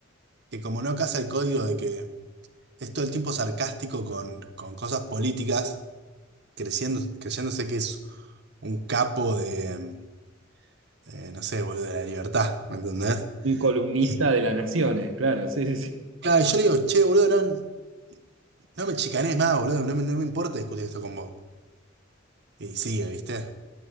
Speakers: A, on the right (about 60°); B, on the right (about 80°).
A: que como no casa el código de que es todo el tiempo sarcástico con, con cosas políticas. creciendo, creyéndose que es un capo de, eh, no sé, boludo, de la libertad, ¿me entendés?
B: Un columnista
A: Y
B: de las naciones, claro, sí, sí, sí.
A: claro, yo le digo, che, boludo, no, no me chicanes más, boludo, no me, no me importa discutir esto con vos. Y sigue, ¿viste?